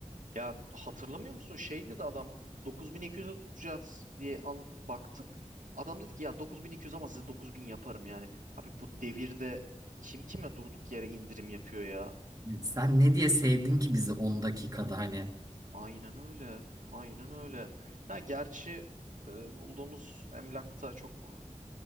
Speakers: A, on the right; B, on the right.
A: Ya hatırlamıyor musun? Şey dedi adam 9200'e tutacağız diye an baktık. Adam dedi ki ya 9200 ama size 9000 yaparım yani. Abi bu devirde kim kime durduk yere indirim yapıyor ya?
B: Sen ne diye sevdin ki bizi 10 dakikada hani?
A: Aynen öyle. Aynen öyle. Ha gerçi e, bulduğumuz emlakta çok